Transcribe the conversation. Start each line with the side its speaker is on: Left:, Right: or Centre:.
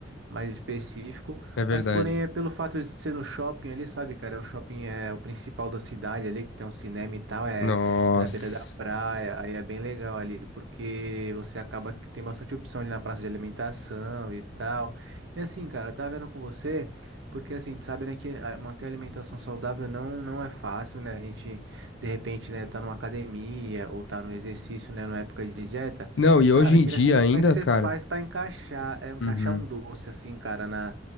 Right: mais específico,
Left: é verdade.
Right: mas porém é pelo fato de ser no shopping ali, sabe, cara, o shopping é o principal da cidade ali, que tem um cinema e tal, é,
Left: Nossa.
Right: é na beira da praia, aí é bem legal ali, porque você acaba que tem bastante opção ali na praça de alimentação e tal, e assim, cara, tá vendo com você... Porque assim, a gente sabe, né, que ah, manter a alimentação saudável não, não é fácil, né? A gente, de repente, né, tá numa academia ou tá no exercício, né, na época de dieta.
Left: Não, e
Right: Cara,
Left: hoje em
Right: queria
Left: dia
Right: saber
Left: ainda,
Right: como é que você
Left: cara.
Right: faz para encaixar, é, encaixar
Left: uhum.
Right: um doce assim, cara, na,